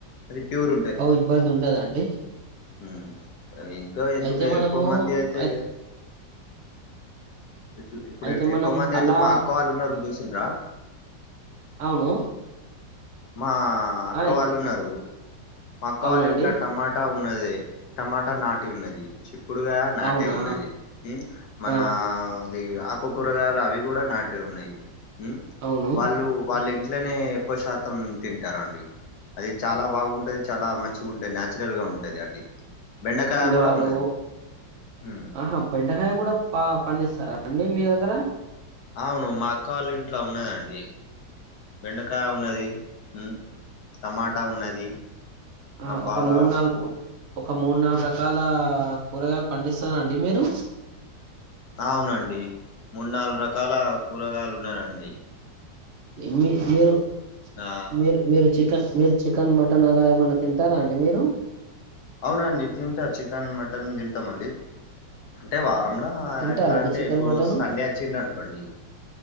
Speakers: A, on the left; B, on the right.
A: అది ప్యూర్
B: అఓ ఇబ్బంది ఉండదండి
A: మ్ ఇంకా ఎందుకు
B: అయితే మనము
A: ఎక్కువ మంది అయితే
B: అయి
A: ఇ ఇప్పుడు
B: అయితే మనం
A: ఎక్కువ మంది అయితే
B: అలా
A: మా అక్క వాళ్ళు ఉన్నారు మీస్ <inaudible> రా
B: అవును
A: మా అక్క
B: ఆయ్
A: వాళ్ళు ఉన్నారు మా అక్క
B: అవునండి
A: వాళ్ళ ఇంట్లో టమాటా ఉం ఉన్నది. టమాటా నాటి ఉన్నది. కుడుగా నాటే
B: అవునా
A: ఉన్నది హు మన
B: ఆ
A: అది ఆకు కూరగాయలు అవి కూడా నాటిే ఉన్నాయి హు
B: అవును
A: వాళ్ళు వాళ్ళ ఇట్లనే ఎక్కువ శాతం తింటారండి అది చాలా బాగుంటది చాలా మంచిగా ఉంటాయి నచురల్ గా ఉంటది అది బెండకాయ
B: అంటే
A: కూడా
B: వాళ్ళు
A: ఉన్నది ఉమ్,
B: ఆహా బెండకాయ కూడా పా పండిస్తారా అండి మీ దగ్గర
A: అవును మా అక్క వాళ్ళ ఇంట్లో ఉన్నదండి బెండకాయ ఉన్నది మ్ టమాటా ఉన్నది
B: ఆ ఒక
A: బాగా
B: మూడు నాలుగు
A: పు-
B: ఒక మూడు నాలుగు రకాల కూరగాయలు పండిస్తరా అండి మీరు
A: అవునండి మూడు నాలుగు రకాల కూరగాయలు ఉన్నాయండి
B: మీ మీరు
A: ఆ
B: మీర్ మీరు చికన్ మీరు చికెన్ మటన్ అలా ఏమన్నా తింటారా అండి మీరు
A: అవునండి తింటా చికెన్ మటన్ తింటాంమండి అంటే వా లా
B: తింటారా
A: ఎట్లా
B: అండి
A: అంటే
B: చికెన్
A: ఇప్పుడు
B: మటన్
A: సండే వచ్చిందనుకోండి